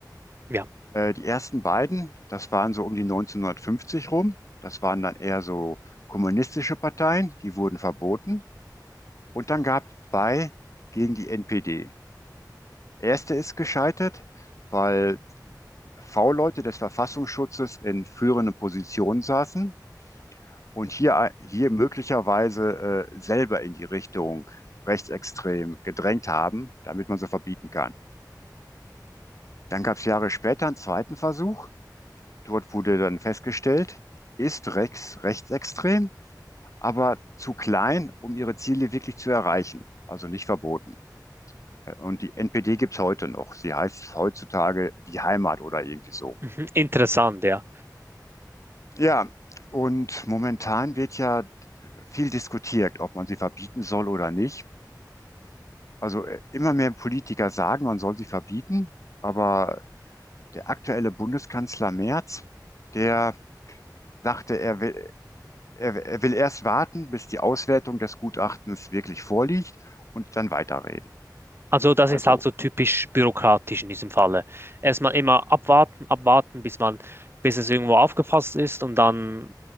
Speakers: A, on the right; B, on the left.
A: Ja,
B: Äh, die ersten beiden, das waren so um die 1950 rum. Das waren dann eher so kommunistische Parteien, die wurden verboten. Und dann gab es zwei gegen die NPD. Erste ist gescheitert, weil V-Leute des Verfassungsschutzes in führenden Positionen saßen und hier, hier möglicherweise äh, selber in die Richtung rechtsextrem gedrängt haben, damit man sie verbieten kann. Dann gab es Jahre später einen zweiten Versuch. Dort wurde dann festgestellt, ist Rex rechtsextrem, aber zu klein, um ihre Ziele wirklich zu erreichen, also nicht verboten. Und die NPD gibt's heute noch. Sie heißt heutzutage die Heimat oder irgendwie so.
A: mhm. Interessant, ja.
B: Ja, und momentan wird ja viel diskutiert, ob man sie verbieten soll oder nicht. Also äh, immer mehr Politiker sagen, man soll sie verbieten, aber der aktuelle Bundeskanzler Merz, der sagte, er will, er, er will erst warten, bis die Auswertung des Gutachtens wirklich vorliegt und dann weiterreden.
A: Also das
B: Also
A: ist halt so typisch bürokratisch in diesem Falle. Erstmal immer abwarten, abwarten, bis man, bis es irgendwo aufgefasst ist und dann